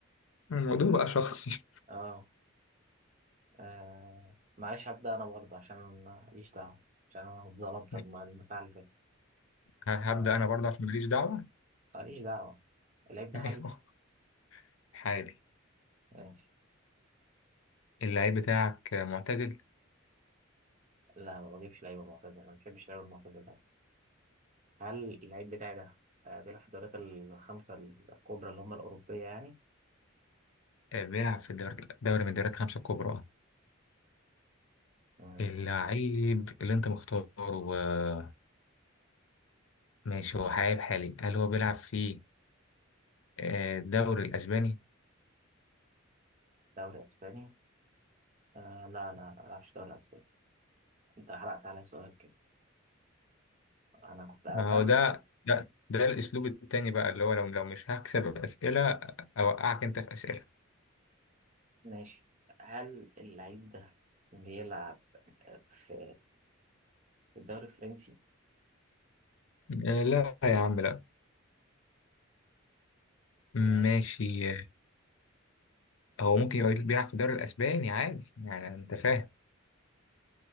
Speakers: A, on the left; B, on the right.
A: الموضوع
B: اه,
A: بقى شخصي
B: آه. آه. معلش هبدأ انا برضه عشان ماليش دعوه عشان انا اتظلمت
A: <laughs>
B: الم- البتاع اللي فات
A: ه-
B: آه،
A: هبدأ انا برضه عشان ماليش دعوة
B: ماليش دعوة اللعيب ده
A: <laughs>
B: حالي
A: ايوه حالي
B: ماشي
A: اللعيب بتاعك معتزل
B: لا ما بجيبش لعيبة معتزلة ما بحبش اللعيبة المعتزلة هل اللعيب بتاعي ده آه، بيلعب في الدوريات الخمسة الكبرى اللي هم الأوروبية يعني
A: آه، بيلعب في الدوري دوري من الدوريات الخمسة الكبرى اه
B: مم.
A: اللعيب اللي انت مختاره آه، ماشي هو لعيب حالي هل هو بيلعب في آه، الدوري الأسباني؟
B: دوري أسباني آه لا لا لا ما بلعبش دوري أسباني أنت حرقت على السؤال كده أنا كنت أسام
A: ما هو ده ده ده الأسلوب التاني بقى اللي هو لو لو مش هكسب أسئلة أوقعك أنت في أسئلة
B: ماشي هل اللعيب ده بيلعب في في الدوري الفرنسي
A: آه، لا يا عم لا ماشي
B: ماشي
A: آه، هو ممكن يبقى بيلعب في الدوري الأسباني عادي يعني أنت فاهم